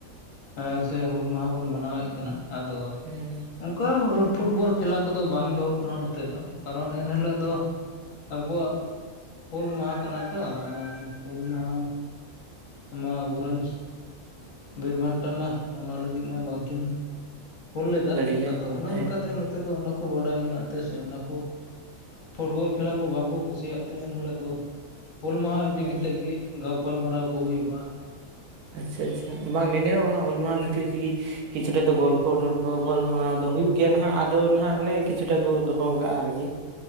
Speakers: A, on the left; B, on the right.
A: ᱦᱮᱸ ᱥᱮ ᱦᱩᱞ ᱢᱟᱦᱟ ᱵᱚᱱ ᱢᱟᱱᱟᱣᱮᱫ ᱠᱟᱱᱟ, ᱟᱫᱚ
B: ᱦᱮᱸ
A: ᱚᱱᱠᱟ ᱯᱷᱩᱴᱵᱚᱞ ᱠᱷᱮᱞᱟ ᱠᱚᱫᱚ ᱵᱟᱝ ᱫᱚᱦᱚᱜ ᱠᱟᱱᱟ ᱱᱚᱛᱮ, ᱫᱚ ᱠᱟᱨᱚᱱ ᱮᱱ ᱦᱤᱞᱳᱜ ᱫᱚ ᱟᱵᱚᱣᱟᱜ ᱦᱩᱞ ᱢᱟᱦᱟ ᱠᱟᱱᱟ ᱛᱚ ᱟᱨᱻ ᱦᱩᱞ ᱢᱟᱦᱟ ᱢᱟ ᱟᱵᱚᱨᱮᱱ ᱵᱤᱨᱵᱟᱱᱴᱟ ᱢᱟ ᱚᱱᱟ ᱞᱟᱹᱜᱤᱫ ᱢᱟ ᱵᱟᱝ ᱠᱤᱱ ᱦᱩᱞ ᱞᱮᱫᱟ,
B: ᱜᱟᱹᱰᱤ ᱞᱮ
A: ᱟᱫᱚ ᱚᱱᱟ
B: ᱦᱮᱸ
A: ᱞᱮᱠᱟᱛᱮ ᱱᱚ ᱱᱚᱛᱮ ᱫᱚ ᱚᱱᱟ ᱠᱚ ᱵᱟᱰᱟᱭ ᱢᱮᱱᱟᱜ ᱛᱮ ᱥᱮ ᱚᱱᱟ ᱠᱚ ᱯᱷᱩᱴᱵᱚᱞ ᱠᱷᱮᱞᱟ ᱠᱚ ᱵᱟᱝ ᱠᱚ ᱠᱩᱥᱤᱭᱟᱜ ᱛᱮ ᱮᱱ ᱦᱤᱞᱳᱜ ᱫᱚ ᱦᱩᱞ ᱢᱟᱦᱟ ᱤᱫᱤ
B: ᱦᱮᱸ
A: ᱠᱟᱛᱮᱫ ᱜᱮ ᱜᱟᱯᱟᱞ ᱢᱟᱨᱟᱣ ᱠᱚ ᱦᱩᱭᱩᱜᱼᱟ᱾
B: ᱟᱪᱪᱷᱟ ᱟᱪᱪᱷᱟ ᱵᱟᱝ ᱱᱮᱸᱰᱮ ᱦᱚᱸ ᱚᱱᱟ ᱦᱩᱞ ᱢᱟᱦᱟ ᱠᱷᱟᱹᱛᱤᱨ ᱛᱮᱜᱤ ᱠᱤᱪᱷᱩᱴᱟ ᱫᱚ ᱜᱚᱞ ᱜᱚᱞᱯᱚ-ᱴᱚᱞᱯᱚ ᱜᱟᱞᱢᱟᱨᱟᱣ ᱫᱚ ᱦᱩᱭᱩᱜ ᱜᱮᱭᱟ ᱱᱟᱦᱟᱜ, ᱟᱫᱚ ᱱᱟᱦᱟᱜ ᱚᱱᱮ ᱠᱤᱪᱷᱩᱴᱟ ᱠᱚ ᱫᱚᱦᱚ ᱠᱟᱜᱼᱟ ᱟᱨᱠᱤ